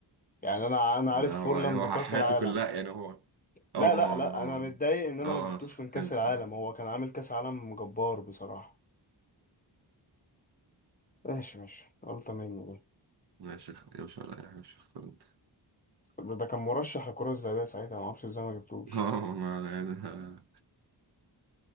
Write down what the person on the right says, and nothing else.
ده هو
يعني هو
حياته
كلها يعني هو
اه ما
هو
اه اه
أنا فهمت
ماشي يا باشا ولا اي حاجه مش اختار انت
<laughs> اه ما أنا- يعني-